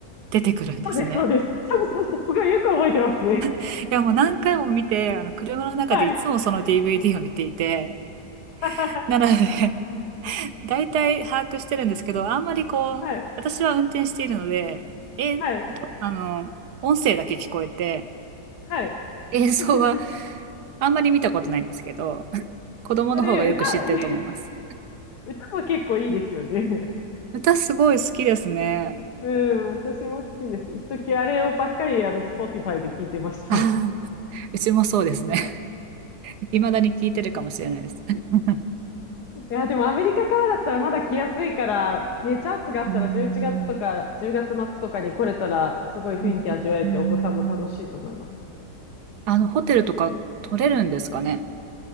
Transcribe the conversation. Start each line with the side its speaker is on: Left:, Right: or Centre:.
Right: 出てくるんですね。
Left: そうです、そうです。そうそうそう、すごいよく覚えてますね。
Right: いや、もう何回も見て、あの、車の中でいつもその
Left: はい。
Right: DVD を見ていて、
Left: <laughs>
Right: なので、<laughs> 大体把握してるんですけど、あんまりこう、
Left: はい。
Right: 私は運転しているので、え、
Left: はい。
Right: ことあの、音声だけ聞こえて、
Left: はい。
Right: 映像は
Left: <laughs>
Right: あんまり見たことないんですけど、<laughs> 子供の方がよく知ってると思います。
Left: あれ、歌、ね、歌も結構いいですよね。
Right: 歌すごい好きですね。
Left: うん、私も好きです。一時あれをばっかり、あの、Spotify で聞いてました。
Right: ああ、うちもそうですね。<laughs> 未だに聞いてるかもしれないです。<laughs>
Left: いや、でもアメリカからだったらまだ来やすいから、ね、チャンスがあったら11月とか10月末とかに来れたら、
Right: うーん。
Left: すごい雰囲気味わえてお子さんも楽しいと思います。
Right: うーんあの、ホテルとか取れるんですかね。